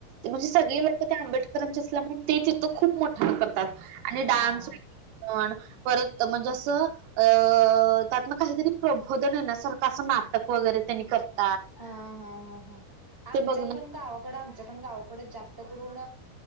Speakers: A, on the right (about 90°); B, in the centre.
A: म्हणजे सगळे ल आंबेडकरांचे असल्यामूळ ते तिथं खूप मोठ्याने करतात, आणि
B: हा
A: डान्स पण, परत म्हणजे असं अ त्यात म काहीतरी प्रबोधन येण्यासारखं, असं नाटक वगैरे त्यांनी करत
B: हा हा हा हा, आमच्या
A: ते बघण
B: पण गावाकड, आमच्या पण गावाकडे जास्त त्या करून अ